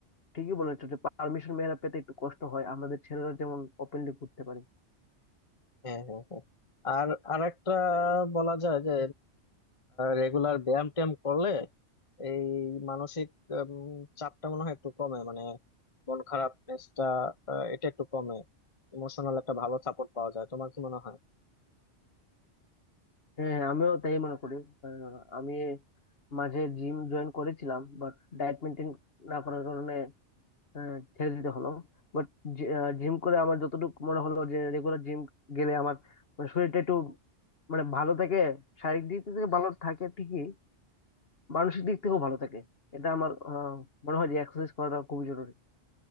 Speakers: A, on the left; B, on the left.
A: ঠিকই বলেছো যে পারমিশন মেয়েরা পেতে একটু কষ্ট হয় আমাদের ছেলেরা যেমন ওপেনলি ঘুরতে পারে
B: হ্যাঁ হ্যাঁ হ্যাঁ আর আরেকটা বলা যায় যে রেগুলার ব্যায়াম ট্যায়াম করলে এই মানসিক উম, চাপটা মনে হয় একটু কমে মানে মন খারাপনেসটা এটা একটু কমে ইমোশনাল একটা ভালো সাপোর্ট পাওয়া যায় তোমার কি মনে হয়
A: হ্যাঁ আমিও তাই মনে করি আহ, আমি মাঝে জিম জয়েন করেছিলাম বাট ডায়েট মেনটেন না করার কারণে আহ, ছেড়ে দিতে হলো বাট জিম করে আমার যতটুকু মনে হলো যে রেগুলার জিম গেলে আমার মানে শরীরটা একটু মানে ভালো থাকে শারীরিক দিক থেকে ভালো থাকে ঠিকই মানসিক দিক থেকেও ভালো থাকে এটা আমার আহ, মনে হয় যে এক্সারসাইজ করাটা খুবই জরুরি